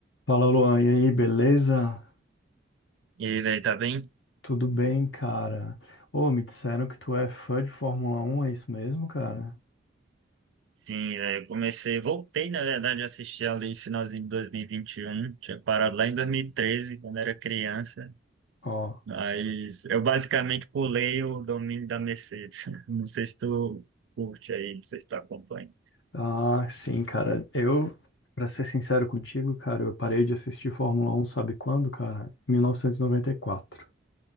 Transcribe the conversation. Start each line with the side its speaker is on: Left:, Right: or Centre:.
Left: Fala, Luan. E aí, beleza?
Right: E aí, velho, tá bem?
Left: Tudo bem, cara? Ô, me disseram que tu é fã de Fórmula Um, é isso mesmo, cara?
Right: Sim, velho, eu comecei, voltei, na verdade, a assistir ali no finalzinho de 2021. Tinha parado lá em 2013, quando era criança.
Left: Ó.
Right: Mas eu basicamente pulei o domínio da Mercedes. <laughs> Não sei se tu curte aí, não sei se tu acompanha.
Left: Ah, sim, cara. Eu, pra ser sincero contigo, cara, eu parei de assistir Fórmula Um, sabe quando, cara? 1994.